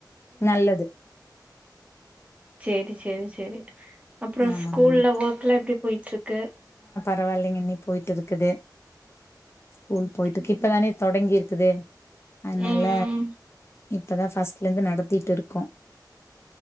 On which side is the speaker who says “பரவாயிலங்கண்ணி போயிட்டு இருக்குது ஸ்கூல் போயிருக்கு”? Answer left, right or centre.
Left